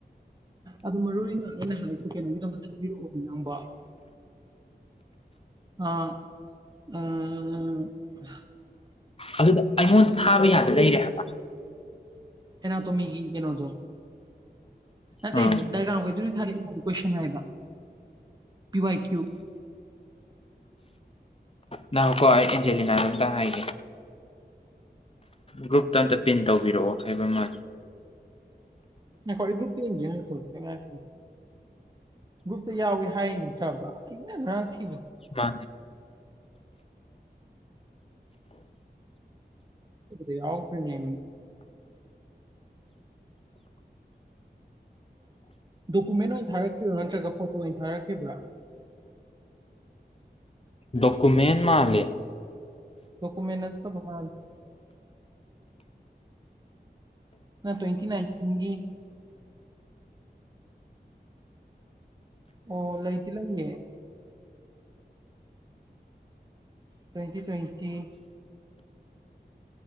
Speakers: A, on the right; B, on the left.
A: ꯑꯗꯨ ꯃꯔꯨ ꯑꯣꯏꯅ ꯑꯩꯅ ꯍꯥꯏꯗ ꯀꯩꯅꯣꯒꯤꯗꯃꯛꯇ ꯊꯥꯕꯤꯔꯛꯑꯣ ꯅꯌꯥꯝꯕ ꯑꯥ ꯎꯝ ꯎ ꯎꯝ
B: ꯑꯗꯨꯗ ꯑꯩꯉꯣꯟꯗ ꯊꯥꯕ ꯌꯥꯗ ꯂꯩꯔꯦꯕ
A: ꯀꯩꯅ ꯇꯣ ꯃꯤꯒꯤ ꯀꯩꯅꯣꯗꯣ ꯅ ꯍꯗꯥꯒꯈꯩ
B: ꯑꯥ
A: ꯑꯗꯨꯗꯤ ꯊꯥꯔꯦ ꯀꯣꯏꯁꯟ ꯍꯥꯏꯕ ꯄꯤ ꯋꯥꯏ ꯀ꯭ꯌꯨ
B: ꯅꯍꯧꯀꯣ ꯑꯩ ꯑꯦꯟꯖꯦꯂꯤꯅꯥꯅ ꯑꯝꯇ ꯍꯥꯏꯒꯦ ꯒ꯭ꯔꯨꯞꯇ ꯑꯝꯇ ꯄꯤꯟ ꯇꯧꯕꯤꯔꯛꯑꯣ ꯍꯥꯏꯕ ꯃꯥ
A: ꯍꯔꯒ꯭ꯔꯨꯨꯞ ꯇ ꯏꯟꯖꯔ ꯒ꯭ꯔꯨꯞꯇ ꯌꯥꯎꯏꯤ ꯍꯥꯏ ꯅꯠꯇ꯭ꯔꯕ ꯑꯩꯅ ꯉꯍꯥꯡ
B: ꯀ
A: ꯗ ꯌꯥꯎ ꯀ꯭ꯔꯅꯤ ꯗꯣꯀꯨꯃꯦꯟ ꯑꯣꯏꯅ ꯊꯥꯔꯛꯈꯤꯕ꯭ꯔꯥ ꯅꯠꯇ꯭ꯔꯒ ꯐꯣꯇꯣ ꯑꯣꯏꯅ ꯊꯥꯔꯛꯈꯤꯕ꯭ꯔꯥ <unintelligible>
B: ꯗꯣꯀꯨꯃꯦꯟ ꯃꯥꯜꯂꯦ
A: ꯇꯀꯨ ꯃ ꯅꯠꯇꯠꯇ ꯃꯥꯟ ꯑꯣ ꯇ꯭ꯋꯦꯟꯇꯤ ꯅꯥꯏꯟꯇꯤꯟꯒꯤ ꯑꯣ ꯂꯩꯗꯤ ꯂꯩꯌꯦ ꯀꯣꯏꯇ ꯀ꯭ꯣꯏꯇ